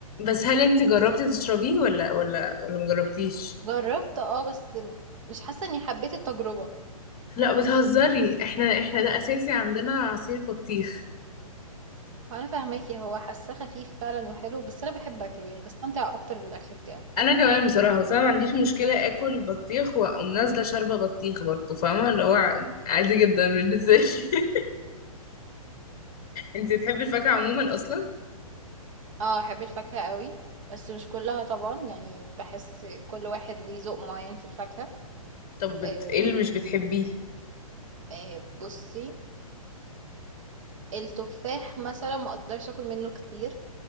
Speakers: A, on the left (about 35°); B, on the right (about 55°).
A: بس هل انت جربتي تشربيه ولا ولا ولا مجربتيش
B: جربت اه بس مش حاسة اني حبيت التجربة
A: لا بتهزري احنا احنا ده اساسي عندنا عصير بطيخ
B: انا فاهماكي هو حاساه خفيف فعلا وحلو بس انا بحب اكله يعني بستمتع اكتر بالاكل بتاعه
A: انا كمان بصراحة بس انا ما عنديش مشكلة اكل بطيخ واقوم نازلة شاربة بطيخ برضه فاهمة اللي هو عادي جدا بالنسبة لي <laughs> انت تحبي الفاكهة عموما اصلا
B: اه احب الفاكهة قوي بس مش كلها طبعا يعني بحس كل واحد ليه ذوق معين في الفاكهة
A: طب بت...
B: آه
A: ايه اللي مش بتحبيه
B: آه بصي التفاح مثلا ما اقدرش اكل منه كتير